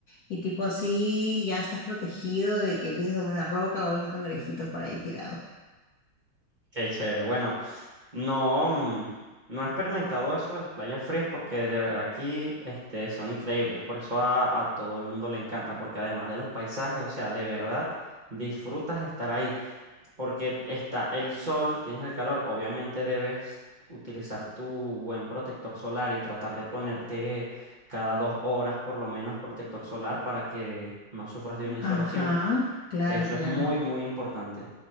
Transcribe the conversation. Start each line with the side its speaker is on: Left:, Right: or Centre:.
Left: Y tipo así ya estás protegido de que pises alguna roca o algún cangrejito por ahí tirado.
Right: Qué chévere. Bueno, no, mm, no he experimentado eso de las playas frías porque de verdad aquí este, son increíbles. Por eso a, a todo el mundo le encanta, porque además de los paisajes, o sea, de verdad disfrutas estar ahí, porque está el sol, tienes el calor, obviamente debes utilizar tu buen protector solar y tratar de ponerte cada dos horas por lo menos protector solar para que no sufras de una insolación.
Left: Ajá, claro,
Right: Eso
Left: claro.
Right: es muy, muy importante.